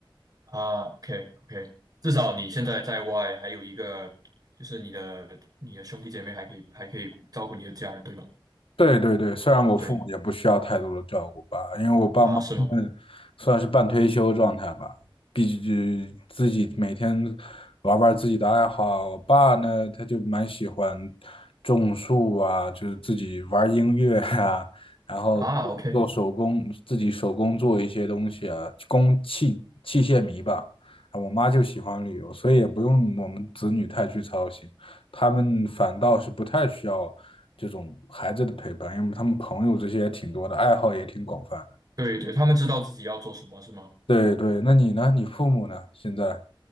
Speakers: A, on the right (about 45°); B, on the left (about 85°).
A: 啊，OK OK，至少你现在在外还有一个，就是你的你的兄弟姐妹还可以还可以照顾你的家人，对吗？
B: 对对对，虽然我父母也不需要太多的照顾吧，
A: 对
B: 因为我爸妈他们算是半退休状态吧，
A: 啊，是吗？
B: 毕竟自己每天玩玩自己的爱好。我爸呢，他就蛮喜欢种树啊，就是自己玩音乐啊，然后做手工，
A: 啊，OK，
B: 自己手工做一些东西啊，工器器械迷吧。啊我妈就喜欢旅游，所以也不用我们子女太去操心。他们反倒是不太需要这种孩子的陪伴，因为他们朋友这些也挺多的，爱好也挺广泛的。
A: 对对，他们知道自己要做什么是吗？
B: 对对，那你呢？你父母呢？现在？